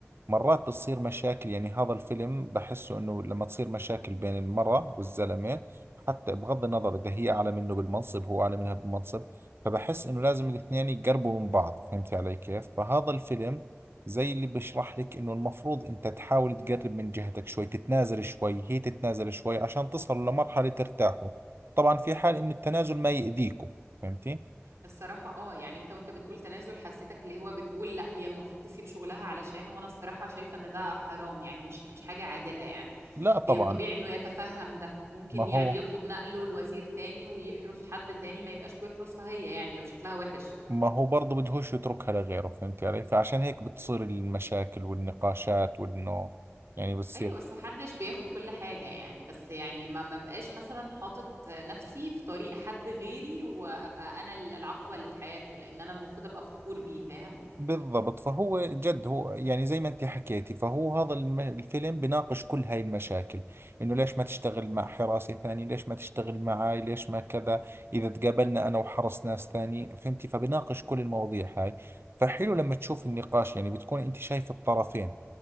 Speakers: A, on the right; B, on the right.
A: مرات بتصير مشاكل يعني هذا الفيلم بحسه انه لما تصير مشاكل بين المرأة والزلمة حتى بغض النظر اذا هي اعلى منه بالمنصب هو اعلى منها بالمنصب فبحس انه لازم الاثنين يقربوا من بعض فهمت علي كيف فهذا الفيلم زي اللي بشرح لك انه المفروض انت تحاول تقرب من جهتك شوي تتنازل شوي هي تتنازل شوي عشان تصلوا لمرحلة ترتاحوا طبعا في حال انه التنازل ما يأذيكم فهمتي
B: الصراحة اه يعني انت وانت بتقول تنازل حسيتك اللي هو بتقول لا هي المفروض تسيب شغلها علشان وانا الصراحة شايفة ان ده حرام يعني مش مش حاجة عادلة يعني
A: لا طبعا
B: هي الطبيعي انه يتفهم ده ممكن
A: ما هو
B: يعني يطلب نقله لوزير تاني ويحرس حد تاني ما يبقاش بيحرسها هي يعني لو شكلها وحش
A: ما هو برضه بدهوش يتركها لغيره فهمت علي فعشان هيك بتصير المشاكل والنقاشات وانه يعني بتصير
B: ايوه بس محدش بياخد كل حاجة يعني بس يعني ما ما بقاش مثلا حاطط نفسي في طريق حد غيري وابقى انا العقبة اللي في حياته لان انا المفروض ابقى فخور بيه فاهم
A: بالضبط فهو جد هو يعني زي ما انت حكيتي فهو هذا الم- الفيلم بناقش كل هاي المشاكل انه ليش ما تشتغل مع حراسي ثاني ليش ما تشتغل معاي ليش ما كذا اذا تقابلنا انا وحرس ناس ثاني فهمتي فبناقش كل المواضيع هاي فحلو لما تشوف النقاش يعني بتكون انت شايف الطرفين